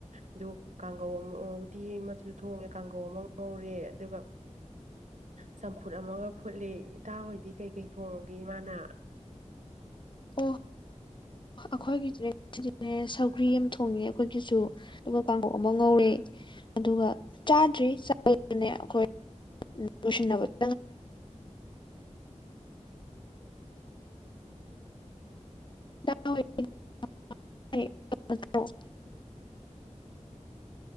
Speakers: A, on the right (about 80°); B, on the left (about 40°).
A: ꯑꯗꯨ ꯀꯥꯡꯒꯧ ꯑꯃ ꯎꯇꯤ ꯑꯃꯁꯨ ꯊꯣꯡꯉꯦ ꯀꯥꯡꯒꯧ ꯑꯃ ꯉꯧꯔꯦ ꯑꯗꯨꯒ ꯆꯝꯐꯨꯠ ꯑꯃꯒ ꯐꯨꯠꯂꯤ ꯏꯇꯥ ꯍꯣꯏꯗꯤ ꯀꯩꯀꯩ ꯊꯣꯡꯉꯒꯦ ꯏꯃꯥꯅ
B: ꯑꯣ ꯑꯩꯈꯣꯏꯒꯤ ꯗꯤꯅꯦ ꯉꯁꯤꯗꯤꯅꯦ ꯁꯧꯒ꯭ꯔꯤ ꯑꯃ ꯊꯣꯡꯉꯦ ꯑꯩꯈꯣꯏꯒꯤꯖꯨ ꯑꯗꯨꯒ ꯀꯥꯡꯕꯧ ꯑꯃ ꯉꯧꯔꯦ ꯑꯗꯨꯒ ꯆꯥꯗ꯭ꯔꯤ ꯆꯥ <unintelligible> ꯅꯦ ꯑꯩꯈꯣꯏ ꯨꯁ ꯅꯕꯪ <unintelligible>